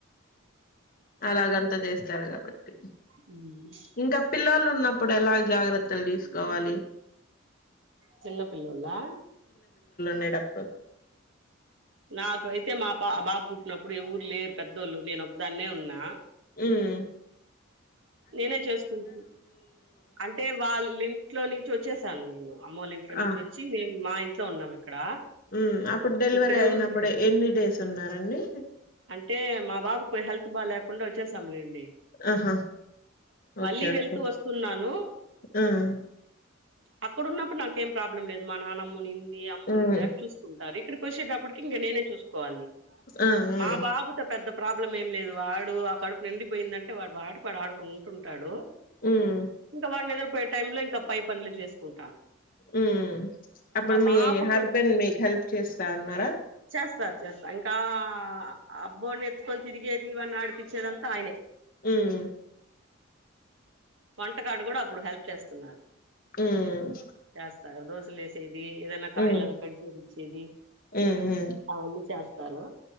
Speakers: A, on the left (about 45°); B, on the right (about 60°).
A: అలాగంత చేస్తారు కాబట్టి
B: హ్మ్.
A: ఇంకా పిల్లోలు ఉన్నప్పుడు ఎలా జాగ్రత్త త్తలు తీసుకోవాలి
B: చిన్న పిల్లోలా
A: నీడప్
B: నాకు అయితే మా పా బాబుు ఉన్నప్పుడు ఎవర్లేరు పెద్దోళ్ళు నేను ఒకదాన్నే ఉన్నా
A: హ్మ్
B: నేనే చేసుకుంటున్న అంటే వాళ్ళ ఇంట్లోని చు వచ్చేసాన్ నేను అమ్మోల్ ఇంట్లో నుంచి
A: ఆ
B: వచ్చి. మేము మా ఇన్ ట్లో ఉన్నామాండ్ ఇక్కడా.
A: మ్మ్ అప్పుడు డెలివరీ
B: ఇక్కడేవురు
A: అయినప్పుడు
B: లేర్.
A: ఎన్ని డేస్ ఉన్నారండి
B: అంటే మా బాబు కొన్ హెల్త్ బాలేక్ కుండా వచ్చేసంలేండి.
A: ఆహా
B: మళ్ళీ
A: ఓకే ఓకే
B: వెళ్తూ వస్తున్నాను.
A: మ్మ్
B: అక్కడున్నప్పుడు నాకేం ప్రాబ్లం లేదు. మా నానమ్మునిం అమ్మునింది
A: మ్మ్
B: కట్ చూకుంటారు. ఇక్కడికోచ్చేటప్పటికి ఇంగ నేనే చూసుకోవాలి.
A: ఆ మ్మ్
B: మా బాబుతో పెద్ద ప్రాబ్లం ఏం లేదు. వాడు ఆ కడుపు నిండిపోయిందంటే వాడు పటిక్ వాడు ఆడు కుంటుంటాడు
A: మ్మ్
B: ఇంక వడ్లేనప్ పోయే టైంలో ఇంకా పై పన్లు చేసుకుం
A: ఉహ్మ్ అప్పుడు మీ
B: పాపకు
A: హస్బెండ్ మీక్ హెల్ప్ చేస్తా అన్నారా.
B: చేస్తారు ఇంకా ఆ అబ్బోని ఎత్తుకొని తిరిగేద్ దీవన్ని ఆడిపించేదంతా ఆయనే
A: మ్మ్
B: వంటకాడ గూడా అప్పుడు హెల్ప్ చేస్తున్నారు.
A: మ్మ్
B: చేస్తాడు ఒగ్గోస్ లేస్ ఏడుస్ ఏదన్న కాయలావి
A: మ్మ్
B: కట్ చేసి ఇచ్చేది.
A: మ్మ్ మ్మ్
B: అవును చేస్తారు